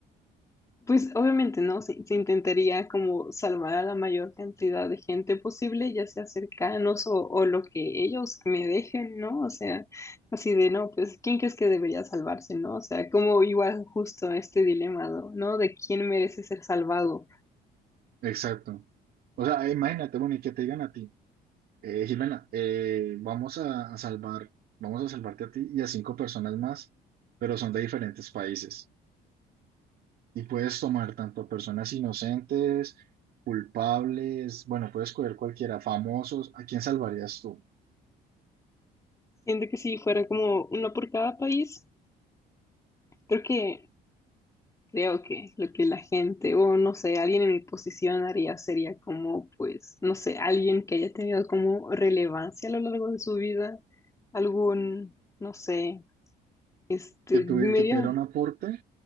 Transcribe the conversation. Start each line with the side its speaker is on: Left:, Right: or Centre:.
Left: Pues obviamente, ¿no? Se, se intentaría como salvar a la mayor cantidad de gente posible, ya sea cercanos o, o lo que ellos me dejen, ¿no? O sea, así de, no, pues, ¿quién crees que debería salvarse, ¿no? O sea, como igual justo este dilema, ¿no? ¿No? De quién merece ser salvado.
Right: Exacto. O sea, imagínate, bueno, y que te digan a ti. Eh, Jimena, eh, vamos a, a salvar, vamos a salvarte a ti y a cinco personas más, pero son de diferentes países. Y puedes tomar tanto a personas inocentes, culpables, bueno, puedes coger cualquiera, famosos. ¿A quién salvarías tú?
Left: Siento que si fuera como uno por cada país, creo que Creo que lo que la gente, o no sé, alguien en mi posición haría sería como, pues, no sé, alguien que haya tenido como relevancia a lo largo de su vida, algún, no sé, este,
Right: Que,
Left: medio,
Right: tuvi- que tuviera un aporte.